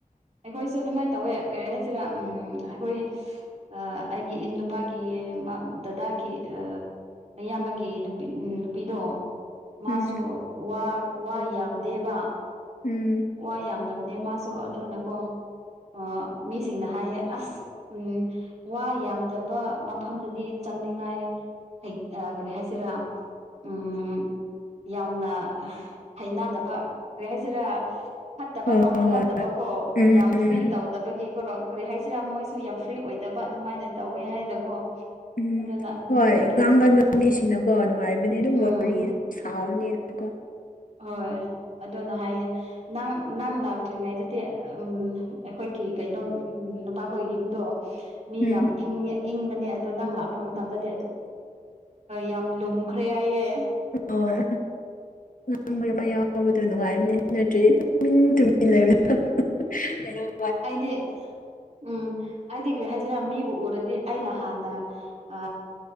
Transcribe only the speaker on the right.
ꯑꯩꯈꯣꯏꯁꯨ ꯑꯗꯨꯃꯥꯏꯅ ꯇꯧꯋꯦ ꯀꯔꯤ ꯍꯥꯏꯁꯤꯔꯥ ꯎꯝ ꯑꯩꯈꯣꯏ ꯑ ꯑꯩꯒꯤ ꯏꯟ ꯅꯨꯄꯥꯒꯤ ꯗꯥꯗꯥꯒꯤ ꯃꯌꯥꯝꯕꯒꯤ ꯅꯨꯄꯤ ꯅꯨꯄꯤꯗꯣ ꯃꯥꯁꯨ
ꯋꯥ ꯋꯥ ꯌꯥꯝꯗꯦꯕ
ꯋꯥ ꯌꯥꯝꯗꯕꯅꯦ ꯃꯥꯁꯨ ꯑꯗꯨꯅꯀꯣ ꯑ ꯃꯤꯁꯤꯡꯅ ꯍꯥꯏꯌꯦ ꯑꯁ ꯎꯝ ꯋꯥ ꯌꯥꯝꯗꯕ ꯃꯐꯝꯗꯗꯤ ꯆꯪꯅꯤꯡꯉꯥꯏ ꯂꯩ ꯑ ꯀꯔꯤ ꯍꯥꯏꯁꯤꯔꯥ ꯎꯝ ꯌꯥꯝꯅ ꯍꯩꯅꯗꯕ ꯀꯔꯤ ꯍꯥꯏꯁꯤꯔꯥ ꯐꯠꯇꯕ
ꯔꯣꯝꯗ
ꯅꯠꯇꯕꯀꯣ
ꯌꯥꯝ
ꯐ꯭ꯔꯤ ꯇꯧꯗꯕꯒꯤ ꯀꯩꯅꯣ ꯀꯔꯤ ꯍꯥꯏꯁꯤꯔꯥ ꯃꯣꯏ ꯌꯥꯝ ꯐ꯭ꯔꯤ ꯑꯣꯏꯗꯕ ꯑꯗꯨꯃꯥꯏꯅ ꯇꯧꯋꯦ ꯍꯥꯏꯅꯀꯣ
ꯑꯗꯨꯅ
ꯈꯨꯟꯒꯤ
ꯃꯤꯁꯤꯡ
ꯎꯝ
ꯍꯣꯏ ꯑꯗꯨꯅ ꯍꯥꯏꯌꯦ ꯅꯪ ꯅꯪ ꯂꯥꯛꯇ꯭ꯔꯤꯉꯩꯗꯗꯤ ꯎꯝ ꯑꯩꯈꯣꯏꯒꯤ ꯀꯩꯅꯣ ꯎꯝ ꯅꯨꯄꯥꯈꯣꯏꯒꯤ ꯌꯨꯝꯗꯣ ꯃꯤ
ꯌꯥꯝ ꯏꯪꯉꯦ ꯏꯪꯕꯅꯦ ꯑꯗꯣ ꯅꯪ ꯂꯥꯛꯄ ꯃꯇꯝꯗꯗꯤ ꯑꯗꯨꯝ ꯌꯥꯝ ꯂꯨꯝꯈ꯭ꯔꯦ ꯍꯥꯏꯌꯦ
ꯑꯗꯦ ꯎꯝ ꯑꯩꯗꯤ ꯀꯔꯤ ꯍꯥꯏꯁꯤꯔꯥ ꯃꯤꯕꯨ ꯎꯔꯗꯤ ꯑꯩꯅ ꯍꯥꯟꯅ ꯑ